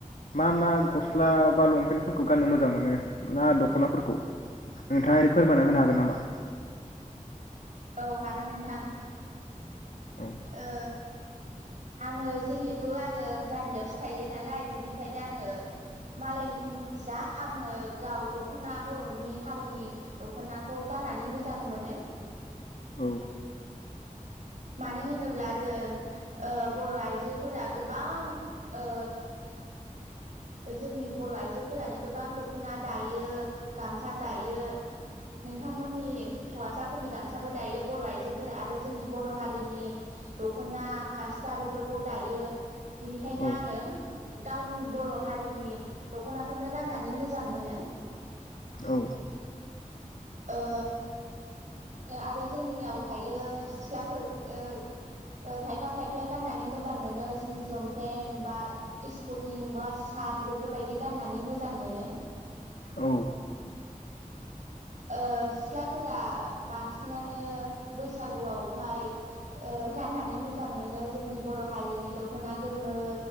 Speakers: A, on the left; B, on the right.
A: मा मा गस्ला बा लंपेन्टफोरखौ गाननो मोजां मोनो ना दखनाफोरखौ नोंथांङा फोरमायना होनो हागोन नामा
B: औ हागोन नोंथां
A: औ
B: ओ आङो जिहेथु आङो गामियावसो थायो नालाय बिनिखायनो आङो मालायनिखौ मिथिया आङो गाव दखना बरनि हारिनि दखनाखौ गाननानै मोजां मोनो
A: औ
B: मानो होनोब्ला जों ओ बर आइजोफोरा गोबां ओ जोंनि बर आइजोफोरानो गोबां दखना दायो गामसा दायो नोंथांमोननि हौवासाफोरनि गामसाबो दायो बर आइजोफोरा आरो जोंनि बर हारिनि दखना फासरा बेफोरखौ दायो बिनिखायनो
A: औ
B: आङो गावनि बर जोंनि दखनाखौनो गाननानै मोजां मोनो
A: औ
B: ओ आरो जोंनियाव थायो सिख्लाफोर ओ - ओ खायफा खायफाया गाननानै मोजां मोनो जिन्स लंपेन बा इसपटिं बा साट बेफोरबायदि गाननानै मोजां मोनो
A: औ
B: ओ सिख्लाफोरा बांसिनानो बैसागुआवहाय ओ गाननानै मोजां मोनो जोंनि बर हारिनि दखना गोमो